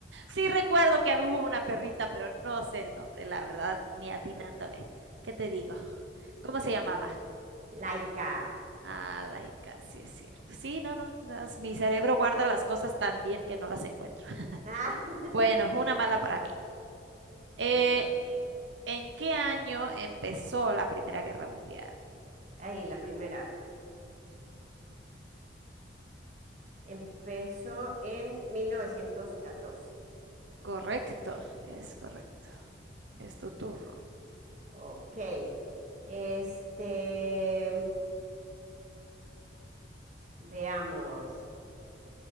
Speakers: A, on the right (about 80°); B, on the right (about 40°).
A: Sí recuerdo que hubo una perrita, pero no sé el nombre, la verdad, ni atinándole.
B: ¿no?
A: ¿Qué te digo? ¿Cómo se
B: Se
A: llamaba?
B: llama Laika.
A: Ah, laica, sí es cierto. Sí, no, no, las- mi cerebro guarda las cosas tan bien que no las encuentro. <laughs>
B: <laughs> Ah,
A: Bueno, una mala para mí. Eh,
B: te to-
A: ¿en qué año empezó la Primera Guerra Mundial?
B: Ahí, la primera. Empezó en mil novecientos catorce,
A: Correcto, es correcto. Es tu turno.
B: Ok. Este. Veamos.